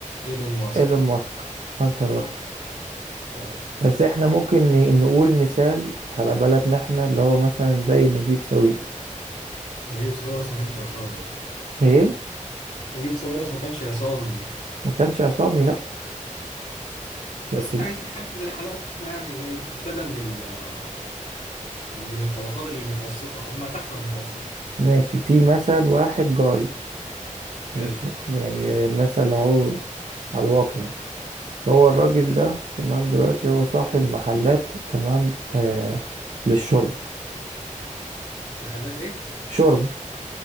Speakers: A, on the left (about 65°); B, on the right (about 60°).
A: ايلون ماسك
B: ايلون ماسك اشهر واحد
A: تمام
B: بس احنا ممكن ن- نقول مثال على بلدنا احنا اللي هو مثلا زي نجيب ساويرس
A: نجيب ساويرس ما كانش عصامي يا اسطى
B: ايه
A: نجيب ساويرس ما كانش عصامي
B: ما كانش عصامي لا بس
A: طب احنا
B: ده.
A: عايزين حد زي حالاتنا يعني إيه، ابتدى من ال آه، من من الطبقات المتوسطة أو ما تحت المتوسطة
B: ماشي في مثل واحد جاري مش
A: حلو
B: يعني مثل اهو على الواقع يعني. هو الراجل ده تمام دلوقتي هو صاحب محلات تمام آه للشرب
A: محلات إيه؟
B: شرب